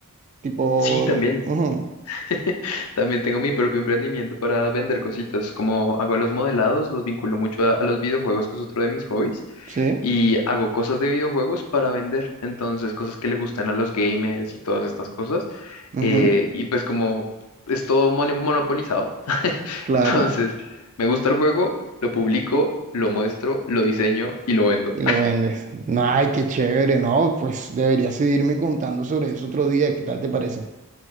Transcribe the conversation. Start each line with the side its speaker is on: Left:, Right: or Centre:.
Right: tipo,
Left: sí, también.
Right: Sí, también. ujú,
Left: <laughs> También tengo mi propio emprendimiento para vender cositas, como hago los modelados, los vinculo mucho a, a los videojuegos, que es otro de mis hobbies,
Right: sí,
Left: y hago cosas de videojuegos para vender, entonces cosas que le gustan a los gamers y todas estas cosas,
Right: ujú,
Left: eh, y pues como es todo mono- monopolizado, <laughs>
Right: claro,
Left: entonces me gusta el juego, lo publico, lo muestro, lo diseño y lo vendo.
Right: y lo vendes. Ay, qué chévere, ¿no? Pues deberías seguirme contando sobre eso otro día, ¿qué tal te parece?